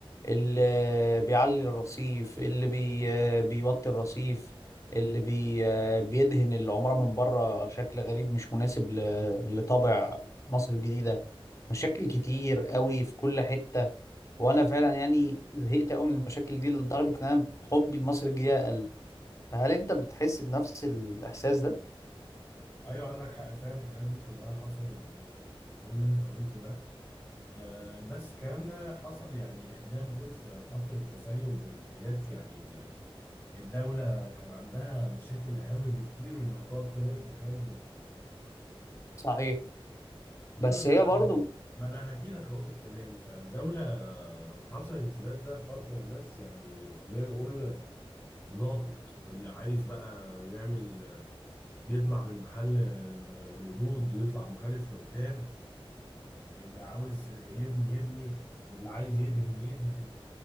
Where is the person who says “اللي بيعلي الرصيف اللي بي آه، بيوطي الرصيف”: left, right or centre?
Left